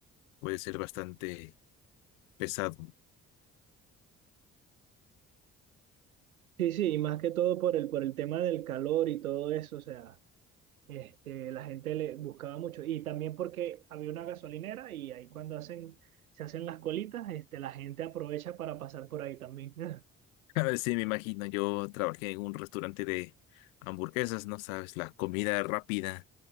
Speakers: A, on the left; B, on the right.
A: puede ser bastante pesado.
B: Sí, sí, y más que todo por el, por el tema del calor y todo eso, o sea, este, la gente le buscaba mucho. Y también porque había una gasolinera y ahí cuando hacen, se hacen las colitas, este, la gente aprovecha para pasar por ahí también. <laughs>
A: <laughs> A ver, sí, me imagino, yo trabajé en un restaurante de hamburguesas, no sabes, la comida rápida,